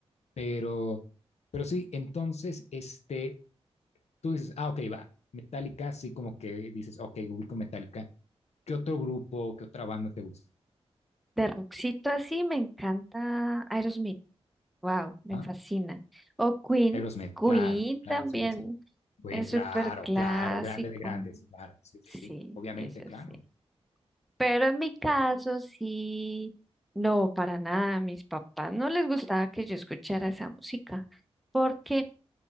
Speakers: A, on the left (about 80°); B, in the centre.
A: Pero, pero sí, entonces, este, tú dices, ah, ok, va. Metallica, sí, como que dices, ok, ubico Metallica. ¿Qué otro grupo, qué otra banda te gusta?
B: De rockcito así me encanta Aerosmith. Wow, me
A: Ah,
B: fascina. O Queen,
A: Aerosmith,
B: Queen
A: claro,
B: también
A: claro, 100%. Bueno,
B: es súper
A: claro,
B: clásico.
A: claro, grande de grandes, claro, sí, sí,
B: Sí,
A: sí, obviamente,
B: eso
A: claro.
B: sí. Pero en mi caso sí, no, para nada. A mis papás no les gustaba que yo escuchara esa música porque